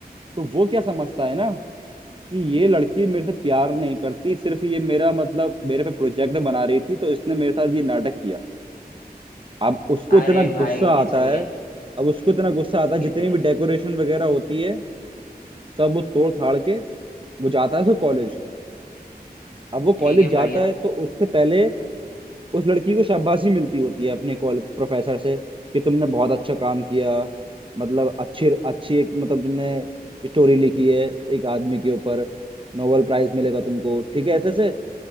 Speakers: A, on the right (about 30°); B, on the left (about 60°).
A: तो वो क्या समझता है ना कि ये लड़की मेरे से प्यार नहीं करती सिर्फ ये मेरा मतलब मेरे पे प्रोजेक्ट बना रही थी तो इसने मेरे साथ ये नाटक किया अब उसको
B: अरे
A: इतना
B: भाई
A: गुस्सा
B: जी
A: आता
B: सही
A: है
B: है
A: अब उसको इतना गुस्सा आता
B: सही
A: है जितनी
B: है सही है
A: भी डेकोरेशन वगैरह होती है सब वो तोड़ थाड़ के वो जाता है उसको कॉलेज अब वो कॉलेज
B: ठीक है
A: जाता
B: बढ़िया
A: है तो उससे पहले उस लड़की को शाबाशी मिलती होती है अपने कॉलेज प्रोफेसर से कि तुमने बहुत अच्छा काम किया मतलब अच्छी अच्छी एक मतलब तुमने स्टोरी लिखी है एक आदमी के ऊपर नोबेल प्राइज मिलेगा तुमको ठीक है ऐसे से